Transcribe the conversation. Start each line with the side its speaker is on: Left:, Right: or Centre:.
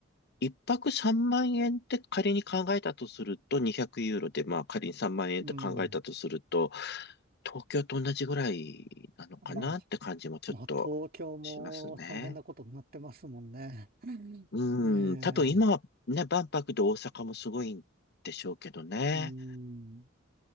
Left: 一泊3万円って仮に考えたとすると、200ユーロで、まあ仮に3万円って考えたとすると、
Right: うん。
Left: 東京と同じぐらいなのかなって感じもちょっとしますね。
Right: まあ、まあ、東京も大変なことになってますもんね。<laughs>
Left: うん、
Right: ええ、
Left: 多分今はね、万博で大阪もすごいんでしょうけどね。
Right: うん。